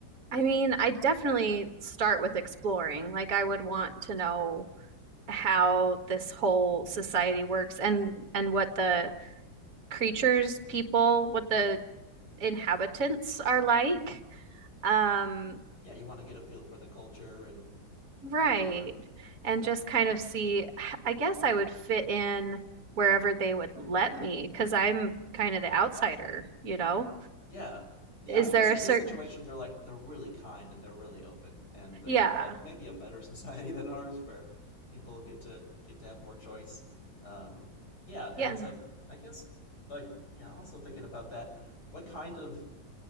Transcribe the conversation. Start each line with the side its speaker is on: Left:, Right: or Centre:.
Right: I mean, I definitely start with exploring. Like, I would want to know how this whole society works and and what the creatures, people, what the inhabitants are like. Um,
Left: Yeah, you want to get a feel for the culture and
Right: right.
Left: how they work.
Right: And just kind of see, I guess I would fit in wherever they would let me because I'm kind of the outsider, you know?
Left: Yeah. Yeah,
Right: Is
Left: I'm guessing
Right: there a
Left: in
Right: certain,
Left: this situation they're like they're really kind and they're really open and they
Right: yeah,
Left: have like maybe a better society <laughs> than ours where people get to get to have more choice. Um, yeah, and
Right: yeah.
Left: so I guess like yeah, also thinking about that, what kind of